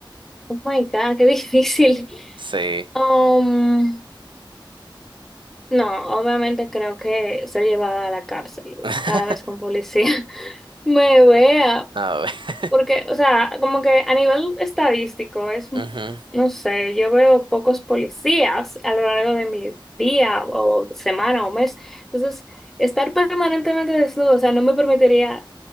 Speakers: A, in the centre; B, on the right.
A: Oh my God, qué <laughs> difícil.
B: Sí.
A: Um, no, obviamente creo que ser llevada a la cárcel
B: <laughs>
A: cada vez con policía <laughs> me vea,
B: A ver.
A: Porque, o sea, como que a nivel estadístico es,
B: Ujú. <laughs>
A: no sé, yo veo pocos policías a lo largo de mi día o semana o mes. Entonces, estar permanentemente desnudo, o sea, no me permitiría